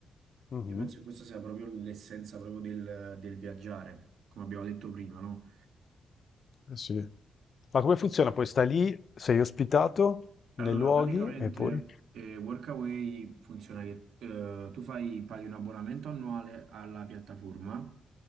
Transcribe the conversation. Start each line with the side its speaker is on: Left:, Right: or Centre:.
Left: Mhm.
Right: Io penso che questa sia proprio l'essenza proprio del, del viaggiare, come abbiamo detto prima, no?
Left: Eh sì. Ma come funziona? Poi stai lì, sei ospitato nei
Right: Allora,
Left: luoghi
Right: praticamente
Left: e poi...
Right: eh, Workaway funziona che eh, tu fai, paghi un abbonamento annuale alla piattaforma,